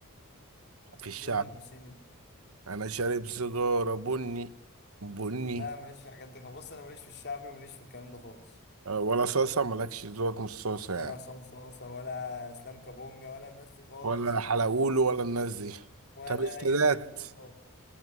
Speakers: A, on the right; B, on the left.
A: في الشعب
B: مين الحسيني
A: أنا شارب سيجارة بني بني
B: لا ماليش في الحاجات دي خالص بص انا ماليش في الشعبي ماليش في الكلام ده خالص
A: آه، ولا صاصة مالكش ذوق مش صاصة
B: ولا
A: يعني
B: عصام صاصة ولا اسلام كابونجا ولا الناس دي خالص
A: ولا حلاوولو ولا الناس دي
B: ولا
A: طب السادات
B: اي حاجه من دول خالص